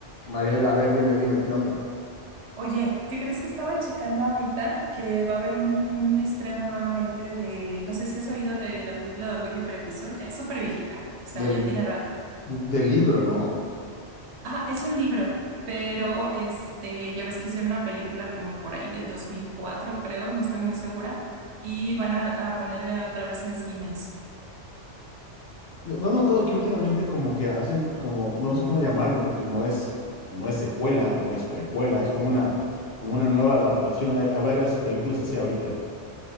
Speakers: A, on the left; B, on the right.
A: Mariela, a ver, dime, dime, ¿qué onda?
B: Oye, ¿qué crees que estaba checando ahorita? Que va a haber un, un estreno nuevamente de, no sé si has oído de la película de Orgullo y Prejuicio, ya es súper viejita, o sea,
A: Del,
B: ya tiene rato.
A: del libro, ¿no?
B: Ajá, es un libro, pero este, ya ves que hicieron una película como por ahí del 2004, creo, no estoy muy segura, y van a, a ponerle otra vez en cines.
A: ¿No no has notado que últimamente como que hacen como, no sé cómo llamarle, porque no es, no es secuela, no es precuela, es como una, como una nueva adaptación. Hay, hay varias películas así ahorita.